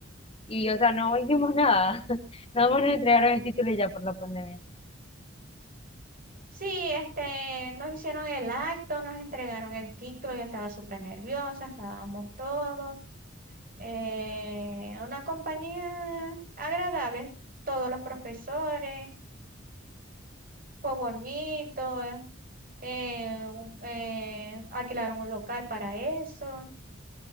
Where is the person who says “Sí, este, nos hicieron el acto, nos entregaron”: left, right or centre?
Right